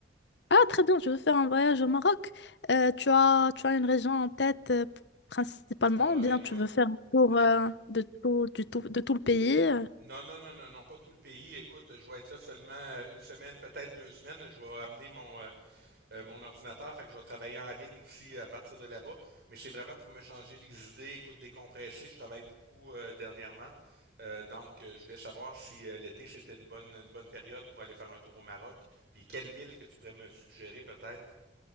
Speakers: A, on the left (about 65°); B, on the right (about 60°).
A: Ah, très bien, je veux faire un voyage au Maroc. Euh, tu as, tu as une région en tête euh, p- principalement,
B: Ah,
A: ou bien
B: écoute,
A: tu veux faire un tour
B: je-
A: euh, de tout, du tout, de tout le pays? euh?
B: non, non, non, non, non, pas tout le pays. Écoute, je vais être là seulement euh, une semaine, peut-être deux semaines. Je vais amener mon, euh, mon ordinateur, fait que je vais travailler en ligne aussi à partir de là-bas. Mais c'est vraiment pour me changer les idées, écoute, décompresser. Je travaille beaucoup euh, dernièrement. Euh, donc, euh, je voulais savoir si euh, l'été, c'était une bonne, une bonne période pour aller faire un tour au Maroc. Puis, quelle ville que tu pourrais me suggérer peut-être?